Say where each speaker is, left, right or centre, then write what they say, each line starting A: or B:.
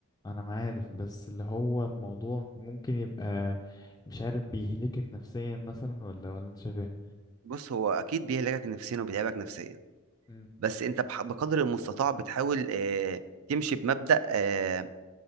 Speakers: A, on the left; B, on the right.
A: انا ما عارف بس اللي هو الموضوع ممكن يبقى مش عارف بيهلكك نفسيا مثلا ولا ولا انت شايف ايه
B: بص هو اكيد بيهلكك نفسيا وبيتعبك نفسيا
A: مم.
B: بس انت بح- بقدر المستطاع بتحاول آه، تمشي بمبدأ آه،